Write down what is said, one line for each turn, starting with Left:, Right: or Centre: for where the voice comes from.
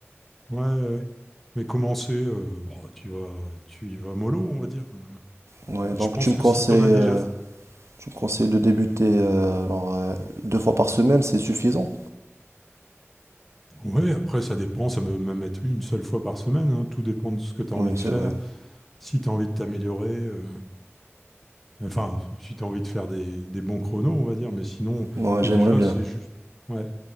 Centre: Ouais, ouais. Mais commencer, euh, bon, tu vas, tu y vas mollo, on va dire. Euh,
Right: Ouais,
Centre: Mais
Right: donc
Centre: je pense
Right: tu me
Centre: que
Right: conseilles,
Centre: si tu en as déjà
Right: euh, Je conseille de débuter euh, genre, euh, deux fois par semaine, c'est suffisant.
Centre: Ouais, après, ça dépend. Ça peut même être une seule fois par semaine. hein. Tout dépend de ce que tu as
Right: Oui,
Centre: envie de
Right: c'est
Centre: faire.
Right: vrai.
Centre: Si tu as envie de t'améliorer, euh, enfin, si tu as envie de faire des, des bons chronos, on va dire. Mais sinon,
Right: Moi, j'aimerais
Centre: mais déjà,
Right: bien.
Centre: c'est juste. Ouais.